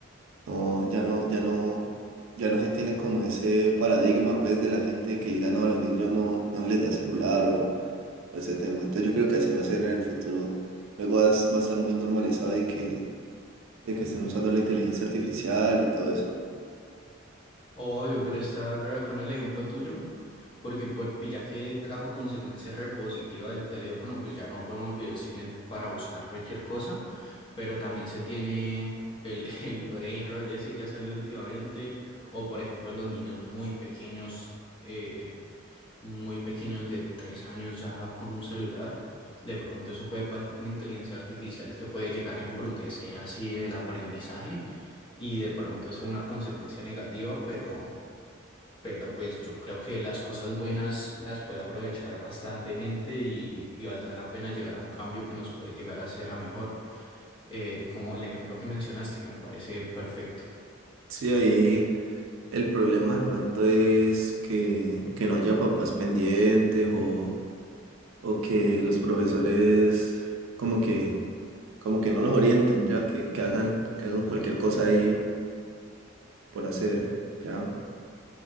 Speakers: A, on the right (about 75°); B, on the left (about 25°).
A: No, ya no, ya no, ya no se tiene como ese paradigma pues de la gente que diga no, a los niños no, no se les da celular o, o ese tema. Entonces yo creo que así va a ser en el futuro. Luego vas- va a estar muy normalizado de que, de que estén usando la inteligencia artificial y todo eso.
B: obvio, pero está re bacano el ejemplo tuyo, porque por- ya que trajo consecuencia repositiva del teléfono, pues ya no podemos vivir sin él para buscar cualquier cosa, pero también se tiene el, <laughs> el brain rot ese que ha salido últimamente, o por ejemplo los niños muy pequeños. eh, muy pequeños de tres años ya con un celular. De pronto eso puede pasar con inteligencia artificial que puede llegar a embrutecer así el aprendizaje y de pronto eso es una consecuencia negativa, pero, pero pues yo creo que las cosas buenas las puede aprovechar bastante gente y, y valdrá la pena llegar a un cambio que nos puede llegar a hacer a mejor, Eh, como el ejemplo que mencionaste que me parece perfecto.
A: Sí, ahí el problema de pronto es que, que no haya papás pendientes o, o que los profesores como que, como que no los orienten, ya que, que hagan, que hagan cualquier cosa ahí por hacer. ¿ya?